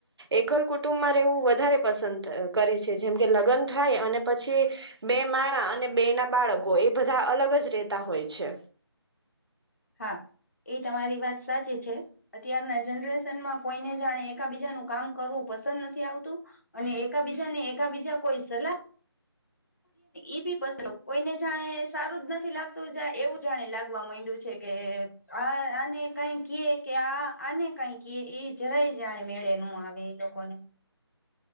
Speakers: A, on the right; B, on the left.
A: એકલ કુટુંબમાં રહેવું વધારે પસંદ કરે છે જેમ કે લગ્ન થાય અને પછી બે માણા અને બે ના બાળકો એ બધા અલગ જ રેતા હોય છે.
B: હા એ તમારી વાત સાચી છે અત્યારના જનરેશનમાં કોઈને જાણે એકા બીજાનું કામ કરવું પસંદ નથી આવતું અને એકા બીજાને એકા બીજા કોઈ સલાહ એ બી પસંદ કોઈને જાણે સારું જ નથી લાગતું જ એવું જાણે લાગવા માંડ્યું છે કે આ આને કઈ ક કે આ આને કઈ ક એ જરાય જાણે મેળે ન આવે એ લોકોને